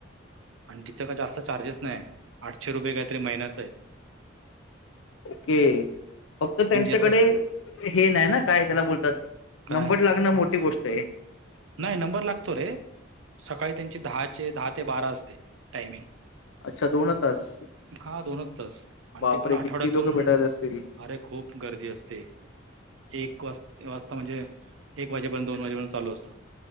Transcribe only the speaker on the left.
ओके फक्त त्यांच्याकडे
हे नाही ना काय त्याला बोलतात,
नंबर लागणं मोठी गोष्ट ते
अच्छा! दोनच तास
बापरे
किती लोक भेटायत असतील